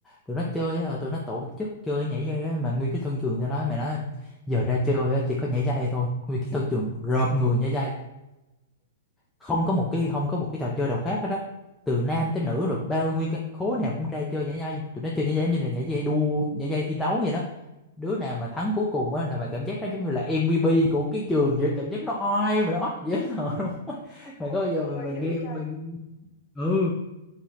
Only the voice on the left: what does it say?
Ôi
mắc
cười
dữ
vậy
trời